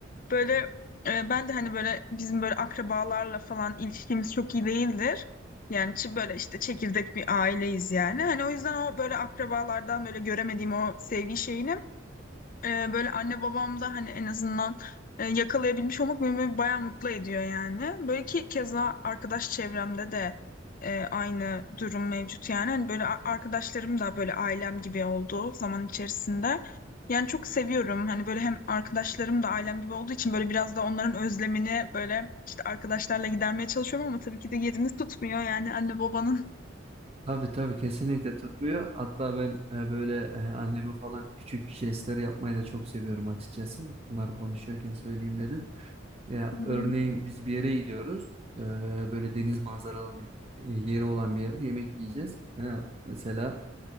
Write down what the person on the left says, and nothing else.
Böyle e, ben de hani böyle bizim böyle akrabalarla falan ilişkimiz çok iyi değildir. Yani çı- böyle işte çekirdek bir aileyiz yani. Hani o yüzden o böyle akrabalardan böyle göremediğim o sevgi şeyini e, böyle anne babam da hani en azından e, yakalayabilmiş olmak beni böyle bayağı mutlu ediyor yani. Böyle ki keza arkadaş çevremde de e, aynı durum mevcut yani. Hani böyle a- arkadaşlarım da böyle ailem gibi oldu zaman içerisinde. Yani çok seviyorum. Hani böyle hem arkadaşlarım da ailem gibi olduğu için böyle biraz da onların özlemini böyle işte arkadaşlarla gidermeye çalışıyorum ama tabii ki de yerini tutmuyor yani anne babanın.
Hı hı.